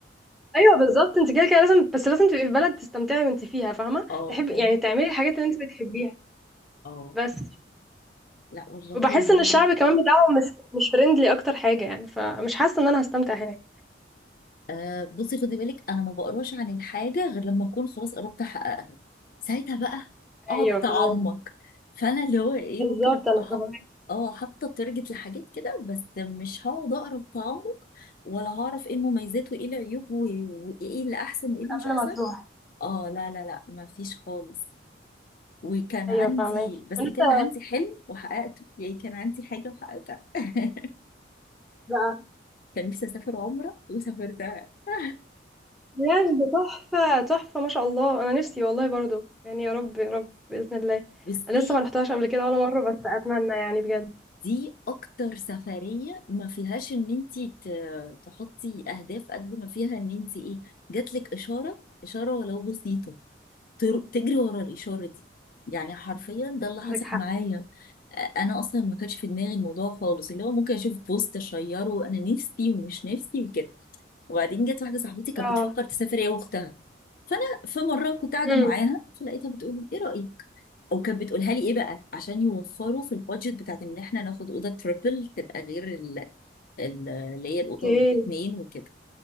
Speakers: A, in the centre; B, on the left (about 50°).
A: ايوه بالظبط انت كده كده لازم بس لازم تبقي في بلد تستمتعي وانت فيها فاهمه
B: اه
A: تحب
B: فاهمه
A: يعني تعملي الحاجات اللي انت بتحبيها
B: اه
A: بس
B: لا والله
A: وبحس
B: يعني
A: ان الشعب كمان بتاعهم مش مش فريندلي اكتر حاجه يعني فمش حاسه ان انا هستمتع هناك
B: آه بصي خدي بالك انا ما بقراش عن الحاجه غير لما اكون خلاص قربت احققها ساعتها بقى
A: ايوه
B: اقعد اتعمق
A: فاهمك
B: فانا اللي هو ايه
A: بالظبط
B: ممكن ابقى
A: انا
B: حاط
A: فاهمك
B: اه حاطه تارجت لحاجات كده بس مش هقعد اقرا بتعمق ولا هعرف ايه المميزات وايه العيوب و- وايه اللي احسن وايه اللي مش
A: قبل
B: احسن
A: ما تروح
B: اه لا لا لا ما فيش خالص وكان
A: ايوه
B: عندي
A: فاهمك
B: بس
A: ولسه
B: كان عندي حلم وحققته يعني كان عندي حاجه وحققتها <laughs>
A: بقى
B: كان نفسي اسافر عمره وسافرتها <laughs>
A: بجد تحفه تحفه ما شاء الله انا نفسي والله برضو يعني يا رب يا رب باذن الله
B: بصي
A: انا لسه ما رحتهاش قبل كده ولا مره بس اتمنى يعني بجد
B: دي اكتر سفرية ما فيهاش ان انتي ت- تحطي اهداف قد ما فيها ان انتي ايه جاتلك اشارة اشارة ولو بسيطة تر- تجري ورا الاشارة دي يعني حرفيا ده اللي
A: عندك
B: حصل
A: حق
B: معايا آه، انا اصلا ما كانش في دماغي الموضوع خالص اللي هو ممكن اشوف بوست اشيره انا نفسي ومش نفسي وكده وبعدين جت واحده صاحبتي كانت
A: اه
B: بتفكر تسافر هي واختها فانا في مره كنت قاعده
A: امم
B: معاها فلقيتها بتقول لي، ايه رايك او كانت بتقولها لي ايه بقى عشان يوفروا في البادجت بتاعت ان احنا ناخد اوضه تريبل تبقى غير ال- ال- اللي هي الاوضه
A: اوكي
B: الاثنين وكده